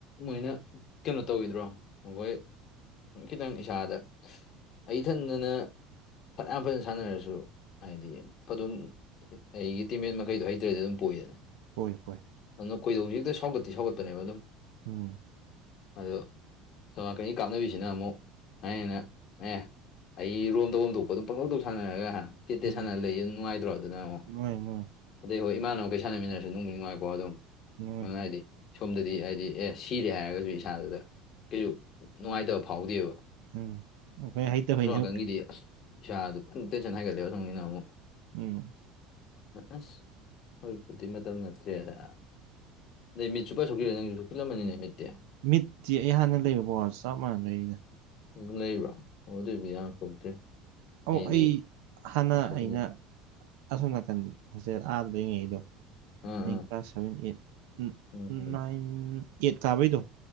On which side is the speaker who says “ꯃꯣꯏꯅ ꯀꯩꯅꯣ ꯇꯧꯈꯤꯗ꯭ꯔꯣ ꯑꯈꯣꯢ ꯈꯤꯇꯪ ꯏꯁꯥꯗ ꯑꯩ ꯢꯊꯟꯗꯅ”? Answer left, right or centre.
Left